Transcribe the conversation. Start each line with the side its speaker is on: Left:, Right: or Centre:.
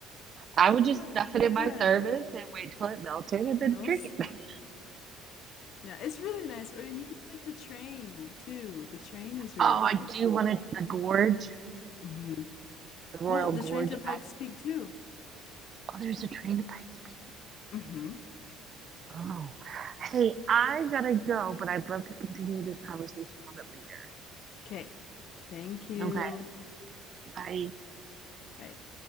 Right: I would
Left: I was
Right: just
Left: like,
Right: stuff it
Left: Man,
Right: in my thermos and wait till it melted and
Left: no.
Right: then drink
Left: s-
Right: it. <laughs> I mean,
Left: Yeah, it's really nice. Or you can take the train too. The train is really
Right: oh,
Left: nice.
Right: I do want to, the gorge.
Left: hmm
Right: The Royal
Left: Well, the
Right: Gorge.
Left: train to
Right: I,
Left: Pikes Peak too.
Right: oh, there's a train to Pikes Peak.
Left: hmm
Right: Oh, hey, I gotta go, but I'd love to continue this conversation a little bit later.
Left: Okay. Thank you.
Right: Okay, bye.
Left: Bye.